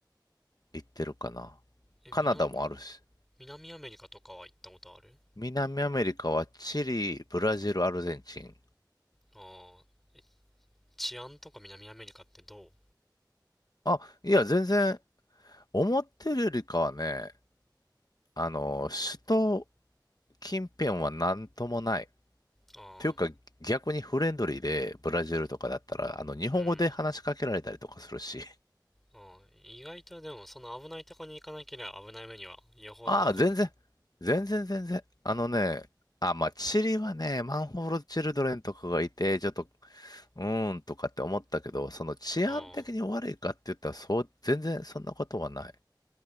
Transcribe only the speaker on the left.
行ってるかな。
カナダもあるし、
南アメリカはチリ、ブラジル、アルゼンチン。
あ、いや、全然、思ってるよりかはね、あの、首都近辺はなんともない。
ていうか、逆にフレンドリーで、ブラジルとかだったら、あの、日本語で話しかけられたりとかするし。
ああ、全然、全然全然。あのね、あ、まあ、チリはね、マンホールチルドレンとかがいて、ちょっと、うーんとかって思ったけど、その治安的に悪いかって言ったら、
そう、全然そんなことはない。